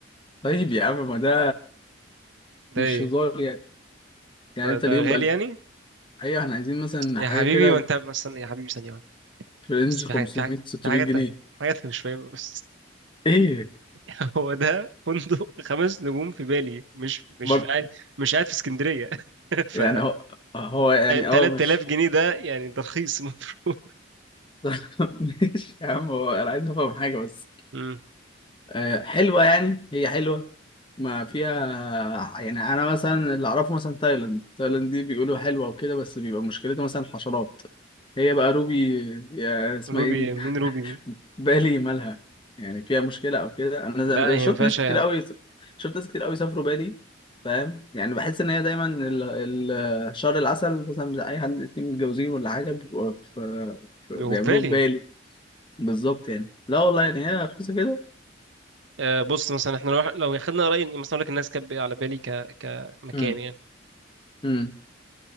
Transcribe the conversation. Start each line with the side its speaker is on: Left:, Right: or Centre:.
Left: طيب يا عم ما ده
Right: ده
Left: مش
Right: ايه
Left: هزار يعني يعني
Right: ده
Left: أنت اليوم
Right: ده غالي يعني
Left: ايوه احنا عايزين مثلا
Right: يا
Left: حاجه
Right: حبيبي
Left: كده
Right: ما انت ما استنى يا حبيبي ثانيه واحده
Left: في رينج
Right: بس في
Left: 500
Right: حاجه في حاجه
Left: 600
Right: في حاجه تانية
Left: جنيه
Right: في حاجه انت مش فاهمها بس
Left: ايه
Right: <laughs> هو ده فندق خمس نجوم في بالي مش مش
Left: برضه
Right: في قاعد مش قاعد في اسكندريه <laughs> ف
Left: يعني هو هو يعني اه
Right: 3000
Left: ماشي
Right: جنيه ده يعني ده رخيص <laughs> المفروض
Left: <laughs> ماشي يا عم هو انا عايز افهم حاجه بس
Right: مم.
Left: آه، حلوه يعني هي حلوه ما فيها يعني انا مثلا اللي اعرفه مثلا تايلاند تايلاند دي بيقولوا حلوه وكده بس بيبقى مشكلتها مثلا حشرات هي بقى روبي يا اسمها
Right: روبي
Left: ايه دي
Right: مين روبي دي
Left: بالي مالها يعني فيها مشكلة أو كده أنا زم-
Right: لا هي
Left: شفت
Right: ما ينفعش
Left: ناس كتير
Right: هو
Left: قوي شفت ناس كتير قوي سافروا بالي فاهم يعني بحس إن هي دايما ال... ال... شهر العسل مثلا بتاع أي حد اتنين متجوزين ولا حاجة بيبقوا في... في...
Right: في
Left: بيعملوه
Right: بالي
Left: في بالي بالظبط يعني لا والله يعني هي رخيصة كده
Right: آه، بص مثلا احنا لو لو خدنا راي مثلا اقول لك الناس كانت على بالي ك... كمكان
Left: امم
Right: يعني
Left: امم